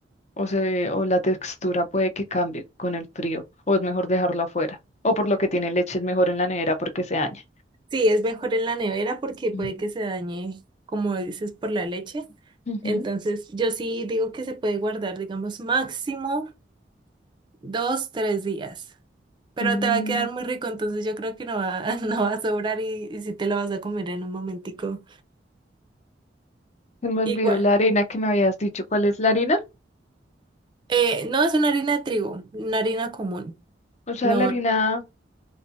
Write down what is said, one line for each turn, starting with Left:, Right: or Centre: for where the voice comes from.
Left: o se, o la textura puede que cambie con el frío, o es mejor dejarlo afuera, o por lo que tiene leche es mejor en la nevera porque se daña.
Right: Sí, es mejor en la nevera porque puede
Left: Mm.
Right: que se dañe, como dices, por la leche.
Left: Ujú.
Right: Entonces, yo sí digo que se puede guardar, digamos, máximo dos, tres días. Pero
Left: Mm.
Right: te va a quedar muy rico, entonces yo creo que no va, <laughs> no va a sobrar y, y sí te lo vas a comer en un momentico.
Left: Se me olvidó
Right: Igual.
Left: la harina que me habías dicho. ¿Cuál es la harina?
Right: Eh, no, es una harina de trigo, una harina común.
Left: O sea,
Right: No,
Left: la harina,